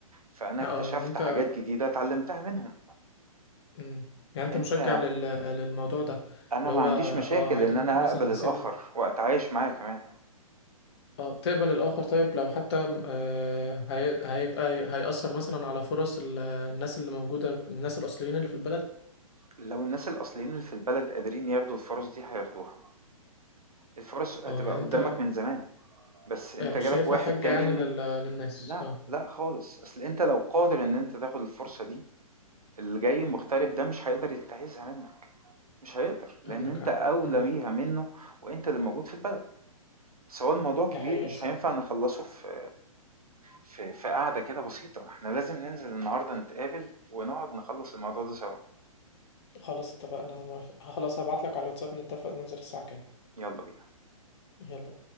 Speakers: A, on the right; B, on the left.
A: فأنا اكتشفت
B: اه يعني انت
A: حاجات جديدة اتعلمتها منهم
B: مم. يعني انت
A: انت
B: مشجع لل... للموضوع ده
A: انا
B: اللي
A: ما
B: هو
A: عنديش مشاكل
B: اه عادي
A: ان
B: ممكن
A: انا
B: مثلا
A: اقبل
B: نسيب
A: الاخر واتعايش معاه كمان
B: اه تقبل الاخر طيب لو حتى آه... هي... هيبقى هيأثر مثلا على فرص ال... الناس اللي موجوده الناس الاصليين اللي في البلد
A: لو الناس الاصليين اللي في البلد قادرين ياخدوا الفرص دي هياخدوها الفرص هتبقى
B: اه يعني
A: قدامك
B: انت
A: من زمان بس انت
B: يعني
A: جالك
B: مش شايفها
A: واحد
B: حاجه
A: تاني
B: يعني
A: ممكن
B: لل... للناس
A: لا
B: اه
A: لا خالص اصل انت لو قادر ان انت تاخد الفرصة دي اللي جاي مغترب ده مش هيقدر ينتهزها منك مش هيقدر لان
B: عندك
A: انت
B: حق
A: اولى
B: عندك
A: بيها
B: حق
A: منه وانت اللي موجود في البلد سواء الموضوع كبير
B: دي حقيقة
A: مش
B: الصراحة
A: هينفع نخلصه في في في قعدة كده بسيطة إحنا لازم ننزل النهاردة نتقابل ونقعد نخلّص الموضوع ده سوا،
B: خلاص اتفقنا أنا موافق خلاص هبعتلك على الواتساب نتفق ننزل الساعة كام
A: يلا بينا.
B: يلا